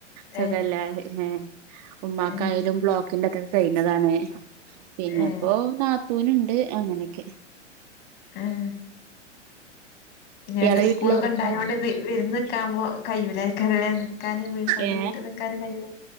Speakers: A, on the right (about 35°); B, on the left (about 40°).
A: സുഖല്ലായി
B: ഏ
A: ഹെ ഉമ്മാക്കായാലും
B: ഏ
A: ബ്ലോക്ക് ക്കിന്റെ തോക്കെ കഴിന്നതാണ് പിന്നെപ്പോ
B: ഏ
A: നാത്തൂനുണ്ട് അങ്ങനെയൊക്കെ
B: അഹ് ഞാൻ
A: ഇയാളെ വീട്ടിലാരൊക്കെ
B: സ്കൂളൊക്കെ ഇണ്ടായോണ്ട് വിരന്ന് നിക്കാമ്പോ കൈയൂലകാരം ല്ലെനിക്കാൻ സ്വന്തം
A: ഏ
B: വീട്ടിൽ നിക്കാനും കയൂല